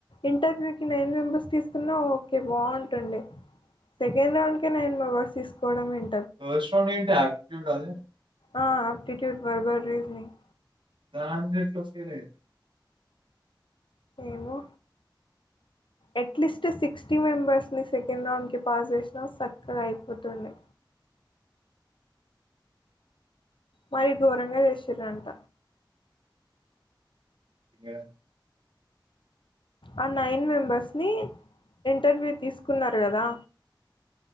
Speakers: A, on the left; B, on the right.
A: ఇంటర్వ్యూ క నైన్ మెంబెర్స్ తీసుకున్నా ఓకే బాగుంటుండే సెకండ్ రౌండ్ కే నైన్ మెంబెర్స్ తీసుకోవడం ఏం
B: ఫస్ట్ రౌండ్ ఏంటి ఆప్టిట్యూడ్ కాదే
A: ఆ ఆప్టిట్యూడ్ వర్బల్ రీజనింగ్
B: దాంట్లో ఎట్ల వస్తాయ్ లే
A: ఏమో అట్లీస్ట్ సిక్స్టీ మెంబెర్స్ని సెకండ్ రౌండ్కి పాస్ చేసినా సక్కగా అయిపోతుండే మరి ఘోరంగా చేసిరంట
B: ఇడ
A: ఆ నైన్ మెంబర్స్ని ఇంటర్వ్యూ తీసుకున్నారు కదా